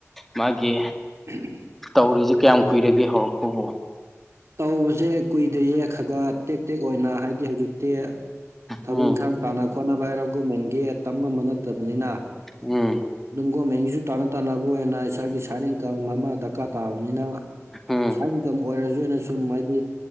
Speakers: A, in the centre; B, on the right.
A: ꯃꯥꯒꯤ
B: <inaudible>
A: ꯇꯧꯔꯤꯁꯦ ꯀꯌꯥꯝ ꯀꯨꯏꯔꯒꯦ ꯍꯧꯔꯛꯄꯕꯣ
B: ꯇꯧꯕꯁꯦ ꯀꯨꯏꯗ꯭ꯔꯤꯌꯦ ꯈꯒ ꯇꯦꯛ ꯇꯦꯛ ꯑꯣꯏꯅ ꯍꯥꯏꯗꯤ ꯍꯧꯖꯤꯛꯇꯤ ꯊꯕꯛ
A: ꯎꯝ
B: ꯏꯪꯈꯥꯡ ꯇꯥꯟꯅ ꯈꯣꯠꯅꯕ ꯍꯥꯏꯔꯣ ꯒꯣꯃꯦꯟꯒꯤ ꯇꯝ ꯉꯝꯕ ꯅꯠꯇꯕꯅꯤꯅ
A: ꯎꯝ
B: ꯑꯗꯨꯝ ꯒꯣꯃꯦꯟꯒꯤꯁꯨ ꯇꯥꯟꯅ ꯇꯥꯟꯅꯕ ꯑꯣꯏꯅ ꯏꯁꯥꯒꯤ ꯁꯥꯏꯔꯦꯡ ꯀ ꯃꯃꯥ ꯗꯔꯀꯥꯔ ꯇꯥꯕꯅꯤꯅ
A: ꯎꯝ
B: ꯁ ꯏꯟꯀꯝ ꯑꯣꯏꯔꯁꯨ ꯑꯣꯏꯅ ꯁꯨꯝ ꯍꯥꯏꯗꯤ